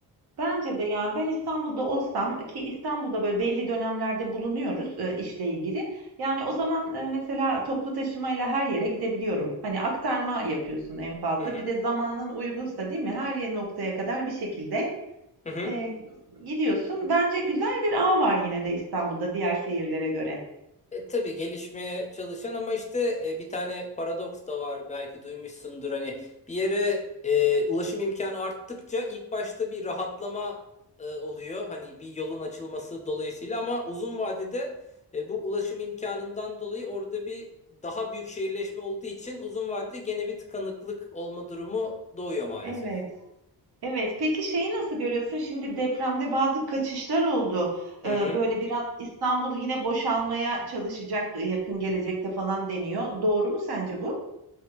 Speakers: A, on the right (about 70°); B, on the left (about 20°).
A: Bence de yani ben İstanbul'da olsam ki İstanbul'da böyle belli dönemlerde bulunuyoruz e, işle ilgili. Yani o zaman e, mesela toplu taşımayla her yere gidebiliyorum. Hani aktarma yapıyorsun en fazla.
B: Hı hı.
A: Bir de zamanın uygunsa değil mi? Her yer- noktaya kadar bir şekilde
B: Hı hı.
A: e, gidiyorsun. Bence güzel bir ağ var yine de İstanbul'da diğer şehirlere göre.
B: E, tabii gelişmeye çalışan ama işte e, bir tane paradoks da var belki duymuşsundur hani bir yere e, ulaşım imkanı arttıkça ilk başta bir rahatlama e, oluyor hani bir yolun açılması dolayısıyla ama uzun vadede e, bu ulaşım imkanından dolayı orada bir daha büyük şehirleşme olduğu için uzun vadede gene bir tıkanıklık olma durumu doğuyor maalesef.
A: Evet. Evet, peki şeyi nasıl görüyorsun? Şimdi depremde bazı kaçışlar oldu.
B: Hı
A: Ee,
B: hı.
A: böyle biraz İstanbul yine boşalmaya çalışacak e, yakın gelecekte falan deniyor. Doğru mu sence bu?